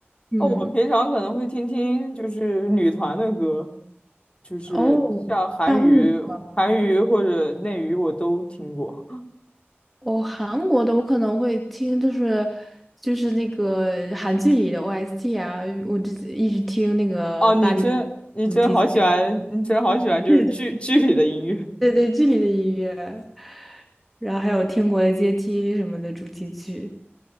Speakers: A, in the centre; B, on the left (about 25°).
A: 嗯，
B: 哦，我平常可能会听听就是女团的歌，就是像韩娱、
A: 哦，大陆的你知道吗
B: 韩娱或者内娱我都听过。
A: 哦，韩国的我可能会听，就是就是那个韩剧里的 OST 啊，我之一直听那个巴黎
B: 哦，你真你真好喜欢，
A: 主题曲，
B: 你真好喜欢就是剧剧里的音乐。
A: <laughs> 对对对对，剧里的音乐，然后还有《天国的阶梯》什么的主题曲。